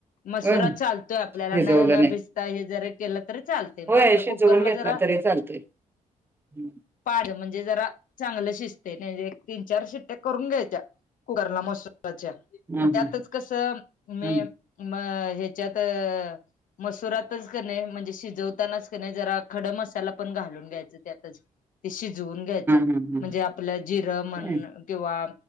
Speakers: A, on the left; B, on the right.
A: मसुरा
B: होय
A: चालतोय आपल्याला.
B: भिजवलं
A: न न
B: नाही.
A: भिसता हे जर केल तरी चालते. मग
B: होय
A: आपल
B: शिजवून
A: कुकरला
B: घेतला
A: जरा
B: तरी <unintelligible>
A: पाड. म्हणजे जरा चांगल शिजतेय. नाहीे एक तीन चार शिट्ट्या करून घ्यायच्या. कुकरला मसुरच्या.
B: हं
A: मग त्यातच
B: हं
A: कस मी
B: हं
A: म ह्याच्यात मसुरातच कनी, म्हणजे शिजवतानाच कनी, जरा खड मसाला पण घालून घ्यायच त्यातच. ते शिजवून घ्यायच.
B: हं हं
A: म्हणजे आपल जिर‌ म्हण
B: हं.
A: किवा